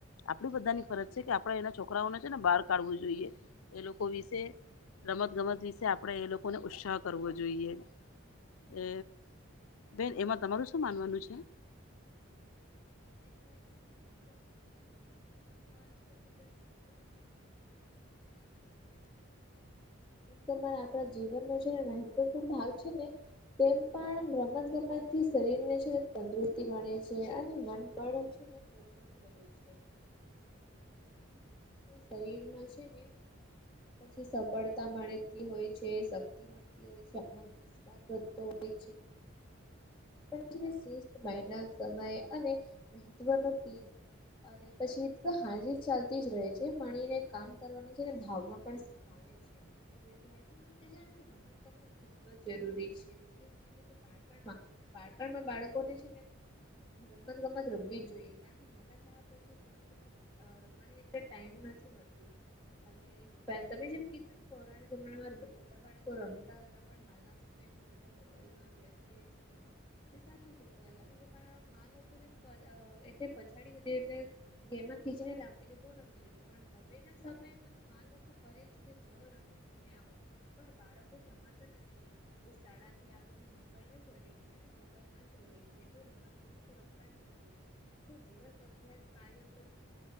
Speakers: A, on the left; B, in the centre.
A: આપણી બધાની ફરજ છે કે આપડા એના છોકરાઓને છે ને બહાર કાઢવું જોઈએ એ લોકો વિશે રમત ગમત વિશે આપડે એ લોકોને ઉત્સાહ કરવો જોઈએ એ બેન એમાં તમારું શું માનવાનું છે
B: થાય ચોક્કસીધું ર ચોકસ ખુબ જ જરૂરી છે
A: <inaudible>
B: મરા આપણા જીવનનો છેને મહત્વપૂર્ણ ભાગ છે ને તેમ પણ રમત ગમત થી શરીર ને છે તંદુસ્તી મળે છે અને મ પેયમ પૂ એથી શરીર માં છે ને પછી સફળતા મળતી હોય છે શક્તિ મળતી હોય છે વધતો હોય છેસ્તના સમય અને મહત્વનો ટીમ અને પછી હાજી ચાલતી જ રહે છે માણીને કામ કરવાની છે ને ભાવના પણ ખ છે વિદ્યાર્થી માટે જાણે તો રમત ગમત ખુબ જ જરૂરી છે બાળપણમાં બાળપણમાં બાળકોને છે ને રમત ગમત રમવી જ જોઈએ કારણ કે મોટા થયા પછી ર રમવાની એટલે ટાઈમ નથી મળતું. અને તમે જેમ કીધું ને પૌરાણ જમાનામાં બધા બાળકો રમતા હતા પણ હાલના, સમમાં બધા મોબાઈલમાં વ્યસ્ત રહે છે હા તે સાચું છે પહેલાનું જમારા મા લોકો ને એટલે પછાડી એટલે ઘેરમાં ખીચને લાગતી કે બહુ રમી લીધું. પણ હવે ના સમયમાં તો મા લોકો કહે છે કે જઓ રમી ન પણ બાળકો સમર્થ નથી. તે શાળા થી આવીને મોબાઈલ જ અડે છે મોબાઈલ માં જ રહે છે તે રમત રમતા જ નથી આખો દિવસ અભ્યાસ કા ને પછી